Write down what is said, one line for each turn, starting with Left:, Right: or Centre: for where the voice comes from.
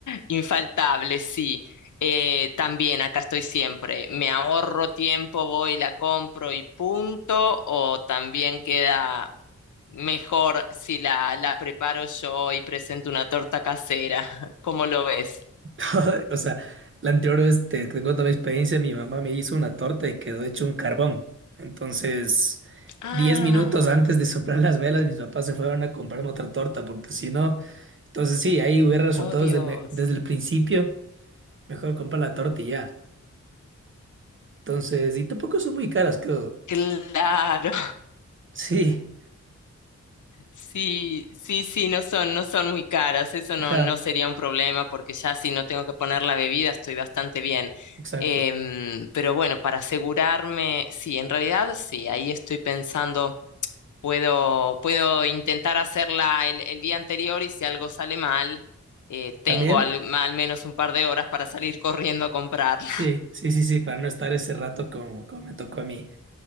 Left: infaltable, sí. Eh, también acá estoy siempre. ¿Me ahorro tiempo, voy, la compro y punto? ¿O también queda mejor si la, la preparo yo y presento una torta casera? <laughs> ¿Cómo lo ves?
Right: <laughs> O sea, la anterior vez te, te cuento mi experiencia, mi mamá me hizo una torta y quedó hecho un carbón. Entonces,
Left: Ah,
Right: 10 minutos antes de soplar las velas, mis papás se fueron a comprarme otra torta, porque si no, entonces sí, ahí hubiera resultado
Left: oh Dios.
Right: desde el, me- desde el principio, mejor comprar la torta y ya. Entonces, y tampoco son muy caras, creo.
Left: Claro.
Right: Sí,
Left: Sí, sí, sí, no son, no son muy caras, eso
Right: ajá,
Left: no, no sería un problema porque ya si no tengo que poner la bebida estoy bastante bien.
Right: exacto.
Left: Em, pero bueno, para asegurarme, sí, en realidad sí, ahí estoy pensando, puedo, puedo intentar hacerla el, el día anterior y si algo sale mal, eh, tengo
Right: ¿También?
Left: al, al menos un par de horas para salir <laughs> corriendo a comprarla.
Right: Sí, sí, sí, sí, para no estar ese rato como, como me tocó a mí.